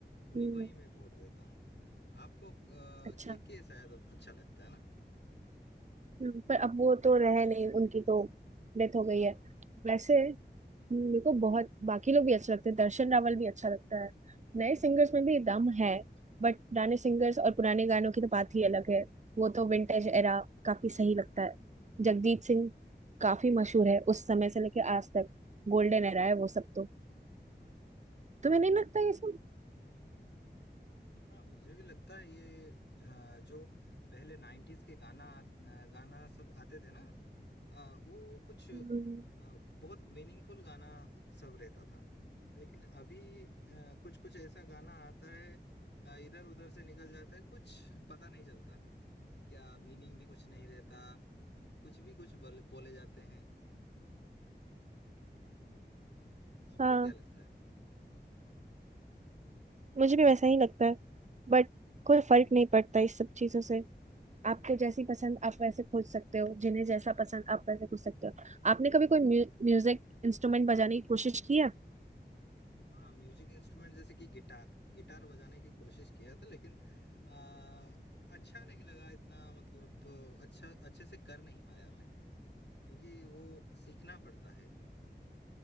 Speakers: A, on the left; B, on the right.
A: उन्हीं
B: हम्म
A: को ही मैं वोट देता हूँ आपको केके
B: अच्छा
A: शायद अच्छा लगता है ना
B: हम्म, पर अब वो तो रहे नहीं उनकी तो डेथ हो गई
A: हाँ
B: है वैसे मेरे को बहुत बाकी लोग भी अच्छे लगते हैं दर्शन रावल भी अच्छा लगता है नए सिंगर्स में भी दम है बट पुराने सिंगर्स और पुराने गानों की तो बात ही अलग है वो तो विंटेज एरा काफी सही लगता है जगजीत सिंह काफी मशहूर है उस समय से लेके आज तक गोल्डन एरा है वो सब तो तुम्हें नहीं लगता ये सब
A: हाँ मुझे भी लगता है ये अ, जो पहले नाइन्टीज के गाना आत- अ, गाना सब आते थे ना अ, वो कुछ अ,
B: हम्म,
A: बहुत मीनिंगफुल गाना सब रहता था। लेकिन अभी अ, कुछ-कुछ ऐसा गाना आता है अ, इधर-उधर से निकल जाता है, कुछ पता नहीं चलता। क्या मीनिंग भी कुछ नहीं रहता, कुछ भी कुछ बल बोले जाते हैं। आपको
B: हाँ
A: क्या लगता है?
B: मुझे भी वैसा ही लगता है बट कोई फर्क नहीं पड़ता इस सब चीजों से आपको जैसी पसंद आप वैसे खोज सकते हो जिन्हें जैसा पसंद आप वैसे खोज सकते हो आपने कभी कोई म्यू, म्यूजिक इंस्ट्रूमेंट बजाने की कोशिश की है
A: हाँ, म्यूज़िक इंस्ट्रूमेंट जैसे कि गिटार, गिटार बजाने की कोशिश किया था लेकिन अ, अच्छा नहीं लगा इतना मतलब आ, अच्छा अच्छे से कर नहीं पाया मैं, क्योंकि वो सीखना पड़ता है,